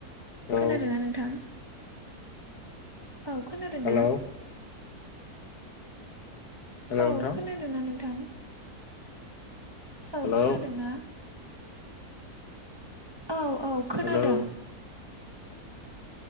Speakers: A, on the right; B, on the left.
A: खोनादों
B: औ
A: ना नोंथां? औ खोनादोंना?
B: हेलौ हेलौ
A: औ
B: नोंथां
A: खोनादोंना नोंथां? औ
B: हेलौ
A: खोनादोंना? औ औ खोनादों।
B: हेलौ